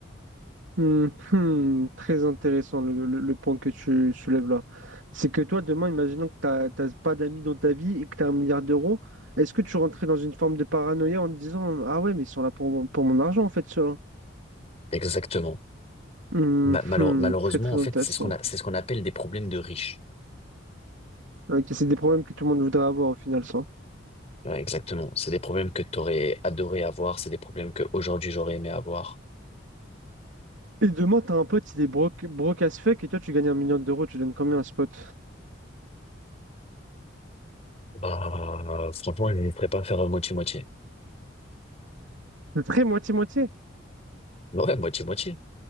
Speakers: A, on the right (about 75°); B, on the left (about 30°).
A: Hmm, hmm, très intéressant le, le- le point que tu soulèves là. C'est que toi, demain, imaginons que t'as, t'as pas d'amis dans ta vie et que tu as un milliard d'euros, est-ce que tu rentrais dans une forme de paranoïa en te disant, Ah ouais, mais ils sont là pour, mon pour mon argent en fait, ceux-là.
B: Exactement.
A: Hmm,
B: Ma- malheure-
A: hmm,
B: malheureusement,
A: très très
B: en
A: intéressant.
B: fait, c'est ce qu'on a, c'est ce qu'on appelle des problèmes de riches.
A: Ok, c'est des problèmes que tout le monde voudrait avoir au final, ça.
B: Ouais, exactement. C'est des problèmes que t'aurais adoré avoir, c'est des problèmes que aujourd'hui j'aurais aimé avoir.
A: Et demain, t'as un pote, il est broke, broke as fuck et toi, tu gagnes un million d'euros, tu donnes combien à ce pote?
B: Bah, franchement, je ne ferais pas faire moitié-moitié.
A: Très moitié-moitié.
B: Bah ouais, moitié-moitié.